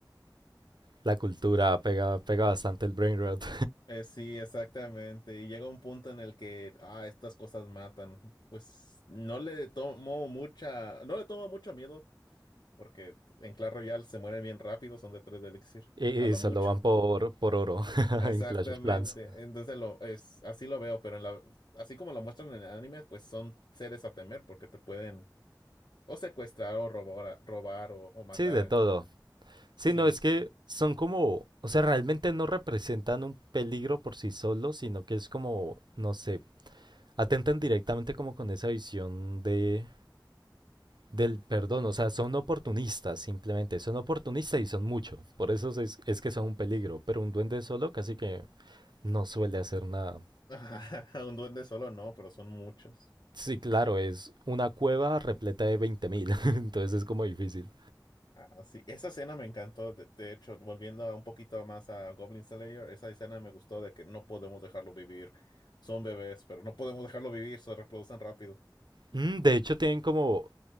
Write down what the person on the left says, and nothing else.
Eh, sí, exactamente. Y llega un punto en el que, ah, estas cosas matan. Pues no le tomo mucha, no le tomo mucho miedo, porque en Clash Royale se mueren bien rápido, son de tres de elixir,
a lo
mucho.
Exactamente.
Entonces lo es, así lo veo, pero en la, así como lo muestran en el anime, pues son seres a temer porque te pueden o secuestrar o robar, robar o, o matar.
eh,
Sí.
<laughs> Un duende solo no, pero son muchos.
Ah, sí. Esa escena me encantó. De, de hecho, volviendo a un poquito más a Goblin Slayer, esa escena me gustó de que no podemos dejarlo vivir. Son bebés, pero no podemos dejarlo vivir, se reproducen rápido.